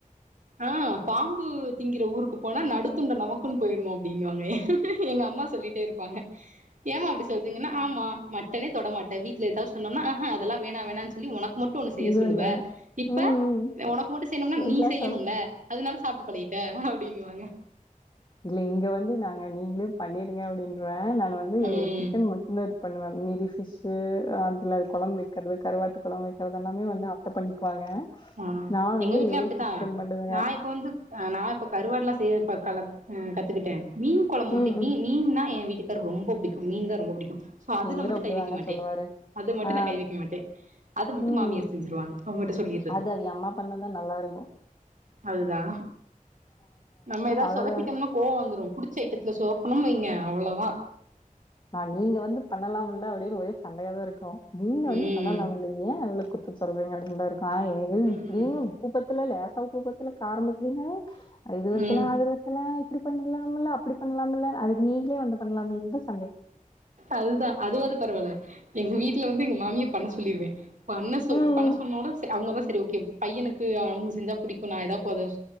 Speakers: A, on the right; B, on the left.
A: ஆ பாம்பு திங்குற ஊருக்கு போனா நடுத்துண்ட நமக்குன் போயிர்ணூ அப்டின்னுவாங்க எங்கம்மா சொல்லிட்டேருப்பாங்க ஏமா அப்டி சொல்றீங்கனா ஆமா மட்டனே தொடமாட்டே வீட்ல எதாவு சொன்னோமுனா ஆஹா அதெல்லா வேணா வேணான் சொல்லி உனக் கு மட்டு ஒன்னு செய்ய
B: இது
A: சொல்லுவ
B: பண்ணுவே
A: இப்ப
B: ம் ம்
A: ஒனக்கு மட்டு செய்ணுனா
B: என்
A: நீ
B: கிளாஸ்
A: செய்யணூல
B: அவ
A: அதுனால சாப்ட்டு பழகிட்ட அப்டின்னுவாங்க
B: லிங்க வந்து நாங்க நீங்ளே பண்ணிருங்க அப்டின்றுவே அ நானு வந்து
A: ம்
B: சிக்கன் மட்டுந்தா இது பண்ணுவே மீதி ஸ் ஃபிஷ்ஷு அதுல கொழம்பு வெக்கிறது கருவாட்டு கொழம்பு வெக்கிறதெல்லாமே வந்து அத்த பண்ணிக்குவாங்க
A: ஆ
B: நா
A: எங்க
B: வந்து
A: வீட்லயு
B: வெறு
A: அப்பிடிதா
B: சிக்கன் மட்டுந்தாங்க
A: நா இப்ப வந்துக் நா இப்ப கருவாடுலா செய்யற் வா கலக் ஆ கத்துக்கிட்டே மீன் கொழம்ப் மட்டு
B: ம்
A: மீன்
B: ம்
A: மீன்னா ஏ வீட்டுக் க ரொம்ப புடிக்கூ மீன் தா ரொம்ப புடிக்கூ சோ அதுல
B: இவரு
A: மட்டு
B: அப்டிதாங்க
A: கை வெக்க மாட்டே
B: சொல்லுவாரு
A: அது மட்டு
B: ஆ
A: நா கை வீக்க மாட்டே அது மட்டு
B: ம்
A: மாமியார் செஞ்சிருவாங்க அவுங்கட்ட சொல்லிர்றது
B: அது ஏ அம்மா பண்ணதா நல்லாருக்கூ
A: அதுதா நம்ம எதாவ்
B: அதெல்லா
A: சொதப்பிட்டம்னா கோவோ வந்துரூ புடிச்ச ஐட்டத்துல சோப்புனும் வைங்க அவ்ளோதா
B: நீங்க வந்து பண்ணலாமுல்ல அப்டின் ஒரே சண்டையா தா இருக்கோ நீங்க
A: ம்
B: வந்து பண்ணலாமல்ல ஏ அவள கூப்ட்டு சொல்றீங்க அப்டின்தாருக்கூ ஆ <unintelligible>
A: ம்
B: உப்பு பத்தல லேசா உப்பு பத்துல காரோ பத்தலேனாவே அ இதுவத்துல
A: ம்
B: அதுவத்துல இப்டி பண்ணலாம்ல்ல அப்டி பண்ணலாம்ல்ல அதுக்கு நீங்களே வந்து பண்ணலாமேன்தா ஸ்
A: அதுதா அதுவாது பரவால்ல எங்க வீட்ல வந்து எங்ள் மாமி பண்ண சொல்லிருவே பண்ண சொல்லூ
B: ம்,
A: பண்ண சொன்னோட செ அவுங்கொருவ செரி ஓகே பையனுக்கு அவுங்க செஞ்சா புடிக்கூ நா எதா கொதச்